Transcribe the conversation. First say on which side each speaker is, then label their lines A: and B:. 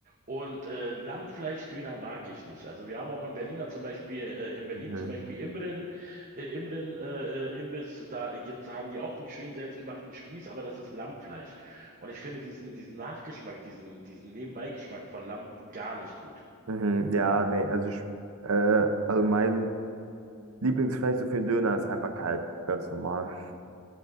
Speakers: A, on the right; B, on the right.
A: und äh, Lammfleischdöner mag ich nicht. Also wir haben auch in Berliner zum Beispiel, äh, in Berlin
B: Mhm.
A: zum Beispiel Imren, äh, Imren äh, äh, Imbiss, da gibt's, haben die auch einen schönen selbstgemachten Spieß, aber das ist Lammfleisch. Und ich finde diesen, diesen Nachgeschmack, diesen, diesen Nebenbeigeschmack von Lamm gar nicht gut.
B: Mhm. Ja, nee, also ich, äh, also mein Lieblingsfleisch so für Döner ist einfach kalt, ganz normal.